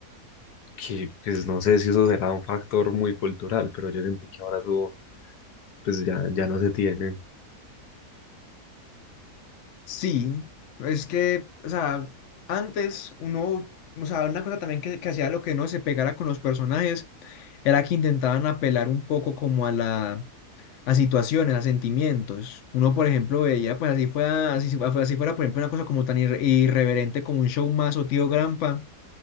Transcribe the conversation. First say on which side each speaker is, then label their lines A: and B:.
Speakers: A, on the left (about 80°); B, on the left (about 60°).
A: Que pues no sé si eso será un factor muy cultural, pero yo siento que ahora eso pues ya, ya no se tiene.
B: Sí, es que, o sea, antes uno, o sea, una cosa también que, que hacía lo que no se pegara con los personajes era que intentaban apelar un poco como a la, a situaciones, a sentimientos. Uno, por ejemplo, veía, pues así fuera, así, fu- así fuera, por ejemplo, una cosa como tan irre- irreverente como un show más o Tío Grampa,